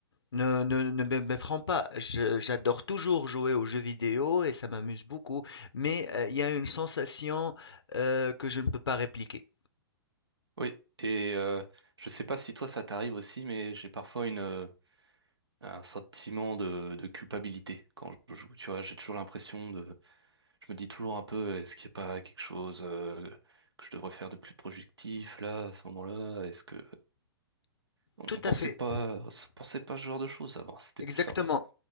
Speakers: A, on the left (about 80°); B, on the right (about 90°).
A: ne, ne, ne me méprends pas, je- j'adore toujours jouer aux jeux vidéo et ça m'amuse beaucoup, mais euh, il y a une sensation euh, que je ne peux pas répliquer.
B: Oui. Et euh, je sais pas si toi ça t'arrive aussi, mais j'ai parfois une, euh, un sentiment de, de culpabilité quand je joue. Tu vois, j'ai toujours l'impression de, je me dis toujours un peu, est-ce qu'il n'y a pas quelque chose euh, que je devrais faire de plus productif là, à ce moment-là? Est-ce que on
A: Tout
B: on pensait
A: à fait.
B: pas, on pensait pas ce genre de choses avant? C'était
A: Exactement,
B: plus simple ça.